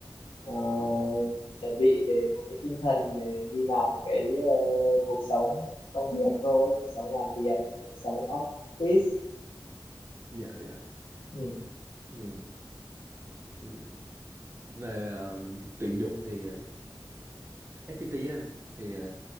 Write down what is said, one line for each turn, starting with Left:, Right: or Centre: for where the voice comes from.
Left: ờ, chuẩn bị để một cái tinh thần để đi vào một cái ờ, cuộc sống công việc thôi cuộc sống làm việc cuộc sống office
Right: dạ dạ
Left: ừ.
Right: ừ, ừ. về ờ, tuyển dụng thì ờ, FPT á anh thì ờ,